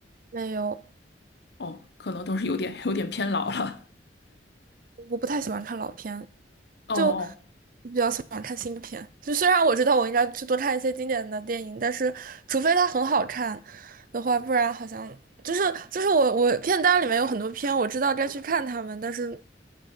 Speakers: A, on the right (about 50°); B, on the left (about 65°).
A: 没有，
B: 哦，可能都是有点有点偏老了。
A: 我不太喜欢看老片，
B: 哦哦，
A: 就比较喜欢看新片。就虽然我知道我应该去多看一些经典的电影，但是除非它很好看的话，不然好像就是就是我我片单里面有很多片，我知道该去看它们，但是